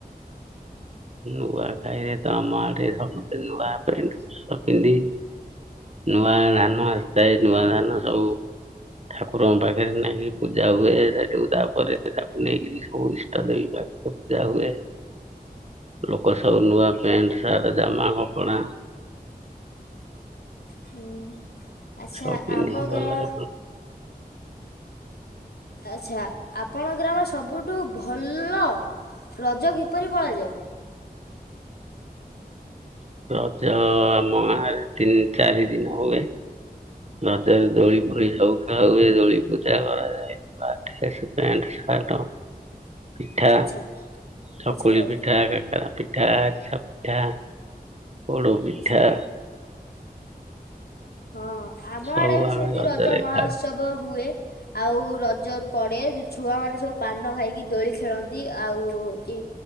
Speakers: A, on the right; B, on the left.
A: ନୂଆ ଖାଇରେ ତ ଆମ ଆଡେ ସମସ୍ତେ ନୂଆ ପ୍ୟାଣ୍ଟ ସ ପିନ୍ଧି ନୂଆ ଧାନ ଆସିତାଏ ନୂଆ ଧାନ ସବୁ ଠାକୁରଙ୍କ ପାଖରେ ନେଇକି ପୂଜା ହୁଏ, ସେଠିକୁ ତାପରେ ତାକୁ ନେଇକିରି ସବୁ ଇଷ୍ଟ ଦେବି ପାଖେରେ ଜା ହୁଏ। ଲୋକ ସବୁ ନୂଆ ପ୍ୟାଣ୍ଟ, ସାର୍ଟ, ଜାମା କପଡ଼ା
B: ହୁଁ ଆଛା
A: ସବୁ ପିନ୍ଧିକି
B: ଆମ
A: ଭଲରେ
B: ଗାଁ ଆଚ୍ଛା ଆପଣ ଗ୍ରାମ ସବୁଠୁ ଭଲ ରଜ କିପରି ପଳାଯାଏ?
A: ରଜ ଆମ ଗାଁରେ ତିନି ଚାରି ଦିନ ହୁଏ। ରଜରେ ଦୋଳି ଫୋଳି ସବୁ ଖେଳ ହଏ, ଦୋଳି ପୂଜା କରାଯାଏ। ନୂଆ ଡ୍ରେସ୍ ପ୍ୟାଣ୍ଟ, ଶାର୍ଟ ପିଠା,
B: ଆଚ୍ଛା
A: ଚକୁଳି
B: ଆଚ୍ଛା ହଉ
A: ପିଠା, କାକେରା ପିଠା, ଆରିସା ପିଠା ପୋଡ଼
B: ଆଚ୍ଛା
A: ପିଠା
B: ହଁ ଆମଆଡେ
A: ସବୁ
B: ବି
A: ଆମେ
B: ସେନ୍ତି
A: ରଜରେ
B: ରଜ ମହୋତ୍ସବ
A: ଖାଉ
B: ହୁଏ। ଆଉ ରଜ ପଡ଼େ ଛୁଆମାନେ ସବୁ ପାନ ଖାଇକି ଦୋଳି ଖେଳନ୍ତି, ଆଉ ଚି